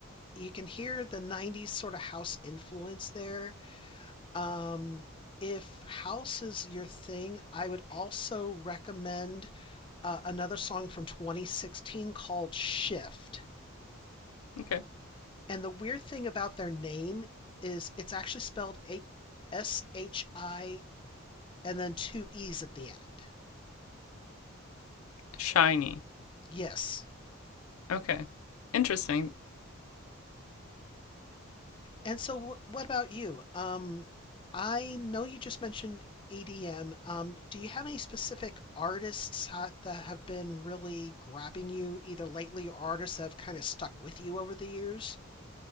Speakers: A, on the left (about 25°); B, on the left (about 85°).
A: You can hear the '90s sort of house influence there. Um, if house is your thing, I would also recommend uh, another song from 2016 called Shift.
B: Okay,
A: And the weird thing about their name is it's actually spelled H- S H I and then two E's at the end.
B: Shiny.
A: Yes.
B: Okay, interesting.
A: And so, wh- what about you? Um, I know you just mentioned EDM. Um, do you have any specific artists ha- that have been really grabbing you, either lately or artists that have kind of stuck with you over the years?